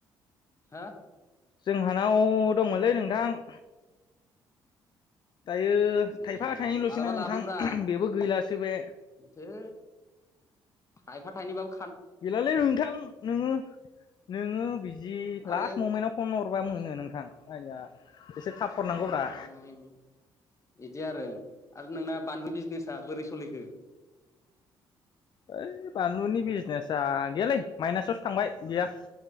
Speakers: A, on the left (about 30°); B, on the left (about 45°).
A: हा?
B: जोंहानाव दंमोनलै नोंथां। दायो
A: ओ
B: थाइफा थाइनैल'सैना
A: मालाबा
B: नोंथां
A: लाबोब्रा
B: बेबो गैलासो बे।
A: है थाइफा थायनैबाबो
B: गैलालै नोंथां नोङो-नोङो बिदि
A: आरो
B: लास्ट ममेन्टाव फन हरबा मोनो नोंथां आइया एसे
A: <unintelligible>
B: थाब हरनांगौब्रा
A: इद इदि आरो आरो नोंना बानलु बिजनेसा बोरै सलिखो?
B: ओइ बानलुनि बिजनेसा गैेयालै माइनासाव थांबाय गैया।